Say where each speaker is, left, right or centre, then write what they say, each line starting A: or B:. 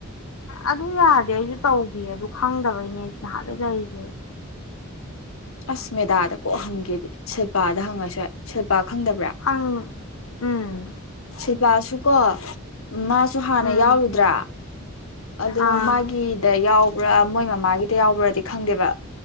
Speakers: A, on the left (about 80°); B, on the left (about 65°).
A: ꯑꯗꯨ ꯌꯥꯔꯗꯤ ꯑꯩꯁꯨ ꯇꯧꯈꯤ ꯑꯗꯨ ꯈꯪꯗꯕꯩꯅꯦ ꯑꯩꯁꯨ ꯅꯍꯥꯟꯗꯩ ꯂꯩꯔꯤꯁꯦ
B: ꯑꯁ ꯃꯦꯗꯥꯗ ꯀꯣꯛ ꯍꯪꯒꯦꯗꯤ ꯁꯤꯜꯄꯥꯗ ꯍꯪꯉꯁꯦꯜ ꯁꯤꯜꯄꯥ ꯈꯪꯗꯕ꯭ꯔꯥ
A: ꯍꯪ ꯎꯝ
B: ꯁꯤꯜꯄꯥꯁꯨ ꯀꯣ ꯃꯥꯁꯨ ꯍꯥꯟꯅ
A: ꯎꯝ
B: ꯌꯥꯎꯔꯨꯗ꯭ꯔꯥ ꯑꯗꯣ
A: ꯑꯥ
B: ꯃꯥꯒꯤꯗ ꯌꯥꯎ ꯄꯨꯔꯥ ꯃꯣꯏ ꯃꯃꯥꯒꯤꯗ ꯌꯥꯎꯕ꯭ꯔꯗꯤ ꯈꯪꯗꯦꯕ